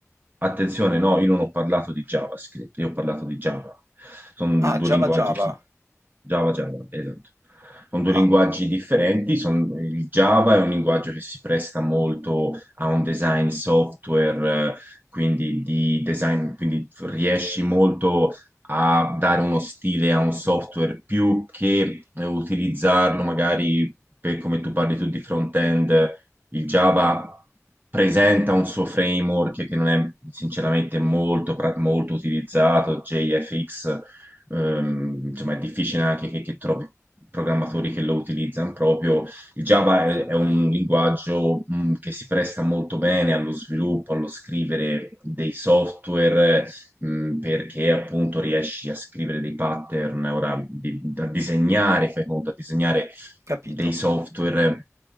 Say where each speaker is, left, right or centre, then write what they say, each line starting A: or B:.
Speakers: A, on the right; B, on the right.
A: attenzione, no, io non ho parlato di JavaScript, io ho parlato di Java. Sono
B: Ah,
A: due
B: Java
A: linguaggi,
B: Java.
A: Java, Java, esatto. con due
B: Ah,
A: linguaggi differenti. Son- il Java è un linguaggio che si presta molto a un design software, eh, quindi di design, quindi riesci molto a dare uno stile a un software più che eh, utilizzarlo magari per come tu parli tu di front-end. Il Java presenta un suo framework che non è sinceramente molto, pra- molto utilizzato, JFX, ehm, insomma è difficile anche che, che trovi programmatori che lo utilizzano proprio. Il Java è,
B: ok,
A: è un linguaggio mh, che si presta molto bene allo sviluppo, allo scrivere dei software, mh, perché appunto riesci a scrivere dei pattern, ora di- a disegnare, fai conto, a disegnare
B: capito.
A: dei software